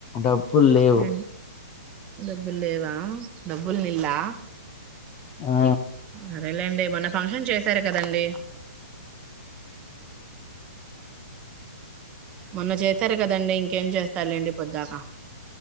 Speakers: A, on the left (about 15°); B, on the right (about 15°).
A: డబ్బుల్ లేవు
B: హ్మ్. డబ్బులు లేవా ఆ డబ్బుల్ నిల్లా
A: ఆ
B: సరేలేండి మొన్న ఫంక్షన్ చేస్ సరె సరె అండి మొన్న చేసరు కదండి ఇంకేం చేస్తార్ లేండీ పొద్దాక